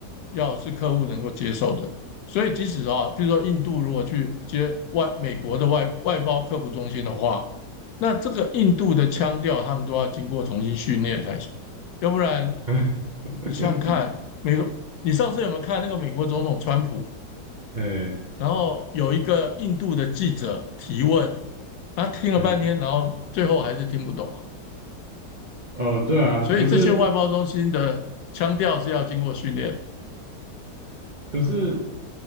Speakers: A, on the left; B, on the right.
A: 要是客户能够接受的。所以即使啊，比如说印度如果去接外美国的外外包客服中心的话，那这个印度的腔调他们都要经过重新训练才行，要不然
B: <laughs>
A: 你想想看，美国，你上次有没有看那个美国总统川普？
B: 哎
A: 然后有一个印度的记者提问，他听了半天，
B: 对，
A: 然后最后还是听不懂啊。
B: 哦，对啊，
A: 所以这些外包中心的腔调是要经过训练。
B: 可是可是